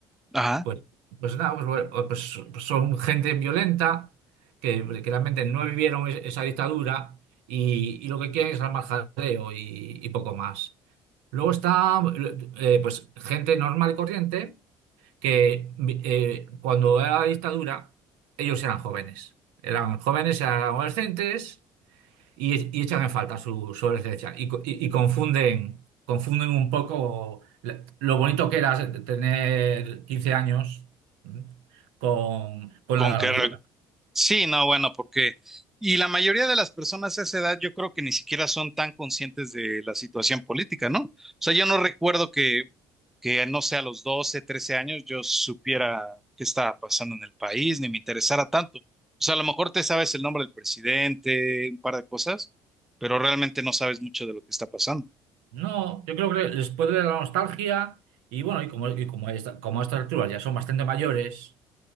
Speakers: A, in the centre; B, on the right (about 80°).
A: Ajá.
B: Pues, pues nada, pues, bueno, pues- pues son gente violenta que, que realmente no vivieron es- esa dictadura y, y lo que quieren es armar jaleo y, y poco más. Luego está eh, pues gente normal y corriente que vi- eh, cuando era la dictadura ellos eran jóvenes. Eran jóvenes, eran adolescentes y, y echan en falta su, su esencia y, co- y- y confunden, confunden un poco la- lo bonito que era tener 15 años ¿m? con, con
A: ¿Con
B: la
A: qué?
B: realidad.
A: Sí, no, bueno, porque, y la mayoría de las personas a esa edad yo creo que ni siquiera son tan conscientes de la situación política, ¿no? O sea, yo no recuerdo que, que no sé, a los 12, 13 años yo supiera qué estaba pasando en el país, ni me interesara tanto. O sea, a lo mejor te sabes el nombre del presidente, un par de cosas, pero realmente no sabes mucho de lo que está pasando.
B: No, yo creo que les puede dar la nostalgia y bueno, y como, y como, a esta- como a estas alturas ya son bastante mayores,